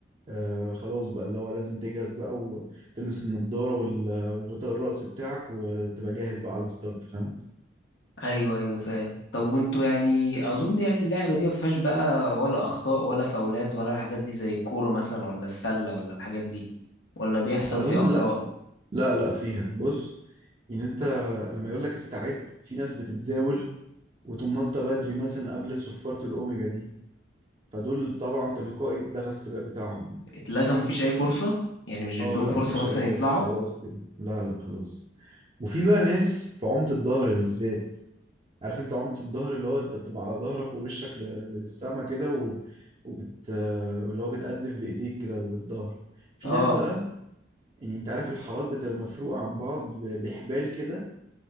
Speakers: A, on the right (about 30°); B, on the left (about 80°).
A: آه خلاص بقى اللي هو لازم تجهز بقى وتلبس النضارة وغطاء الرأس بتاعك وتبقى جاهز بقى على الستارت فاهم
B: ايوه ايوه فاهم طب وانتوا يعني اظن يعني اللعبه دي ما فيهاش بقى ولا اخطاء ولا فاولات ولا الحاجات دي زي الكوره مثلا ولا السله ولا الحاجات دي ولا بيحصل
A: أظن
B: فيه اخطاء
A: لا لا لا فيها بص يعني أنت لما يقول لك استعد في ناس بتتزاول وتقوم نطة بدري مثلا قبل صفارة الأوميجا دي فدول طبعا تلقائي اتلغى السباق بتاعهم
B: اتلغى مفيش اي فرصه يعني مش بيدوهم
A: اه لا
B: فرصه
A: مفيش
B: مثلا
A: أي فرصة
B: يطلعوا
A: خلاص كده لا لا خلاص وفي بقى ناس في عمق الظهر بالذات عارف انت عمق الظهر اللي هو انت بتبقى على ظهرك ووشك ل- للسما كده و... وبت... واللي هو بتقدف بإيديك كده بالظهر في
B: اه
A: ناس بقى يعني انت عارف الحارات بتبقى مفروقة عن بعض ب- بحبال كده